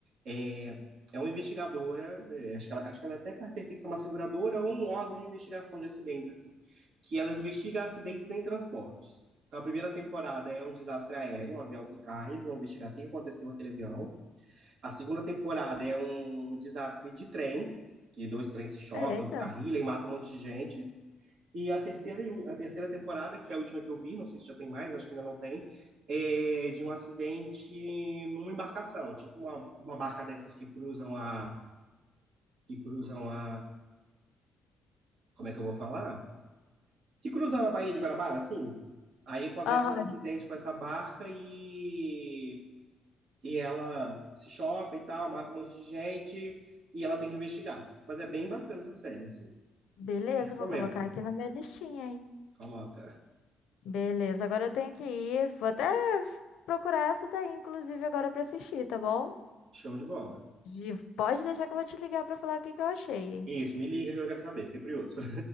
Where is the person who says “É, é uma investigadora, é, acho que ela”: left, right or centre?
Right